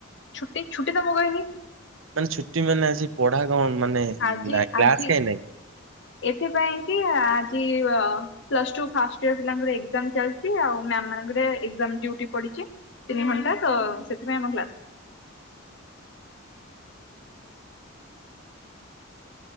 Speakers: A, on the left (about 60°); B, on the right (about 70°).
A: ଛୁଟି ଛୁଟି ତ ମୁଗ। <unintelligible>
B: ମାନେ ଛୁଟି ମାନେ ଆଜି ପଢା କଣ ମାନେ ଉଁ
A: ଆଜି
B: କ୍ଲାସ୍
A: ଆଜି
B: କାହିଁ ନାଇଁ?
A: ଏଥିପାଇଁ କି ଆଜି ଅ ପ୍ଲସଟୁ ଫାଷ୍ଟ ଇୟର ପିଲାଙ୍କର ଏଜାମ୍ ଚାଲ୍ ଚି ଆଉ ମ୍ୟାମମାନଙ୍କର ଏକ୍ସାମ୍ ଡିଉଟି ପଡିଚି ତିନି ଘଣ୍ଟା ତ ସେଥିପାଇଁ ଆମ କ୍ଲାସ